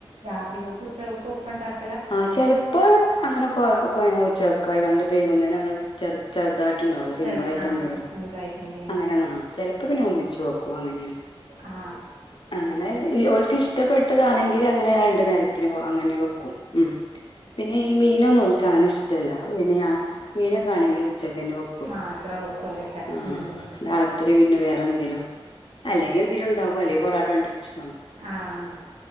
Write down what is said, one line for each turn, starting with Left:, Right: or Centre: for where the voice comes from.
Right: <unintelligible>
Left: ആഹ് ചെലപ്പോ അങ്ങനെ കൊകോച്ചക്കായികാണ്ട് വൈകുന്നേരം നമ്മള് ചെറ് ചെറ്തായിട്ട് ഇണ്ടാവുള്ളു സിമ്പിളായിട്ടെന്തെങ്കിലും
Right: ചെറു ആ സിമ്പിളായിട്ട് എന്തേം ഉണ്ടാക്കും
Left: അങ്ങനെന്നാ ചെലപ്പോ പിന്നെ ഒന്നിച്ചുവെക്കും അങ്ങനെണ് <inaudible>
Right: ആ
Left: അങ്ങനെ ഓല്ക്ക് ഇഷ്ടപ്പെട്ടതാണെങ്കില് അങ്ങനെ രണ്ടുനേരത്തിന് അങ്ങനെ വെക്കും ഉം പിന്നെ ഈ മീനൊന്നും ഉൽക്കങ്ങനെ ഇഷ്ടല്ല പിന്നെ ഞാൻ മീനൊക്കെ ആണെങ്കിലും ഉച്ചക്കന്നെ വെക്കുള്ളൂ
Right: മാത്രം വെക്കുള്ളേക്കാരം
Left: ആഹ്
Right: ഉം
Left: രാത്രി പിന്നെ വേറെന്തേലും അല്ലെങ്കെന്തേലുംണ്ടാക്കും അല്ലെങ്ക പൊറോട്ടണ്ടരിച്ചു
Right: ആഹ്